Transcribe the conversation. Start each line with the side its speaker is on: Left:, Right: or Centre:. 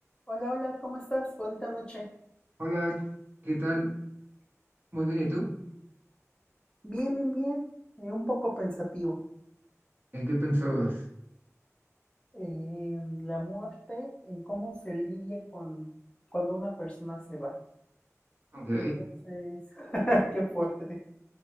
Left: Hola, hola, ¿cómo estás? Bonita noche.
Right: Hola, ¿qué tal? Muy bien, ¿y tú?
Left: Bien, bien, bien. Eh, un poco pensativo.
Right: ¿En qué pensabas?
Left: En la muerte, en cómo se lidia con cuando una persona se va.
Right: Ok,
Left: Entonces, <laughs> qué fuerte.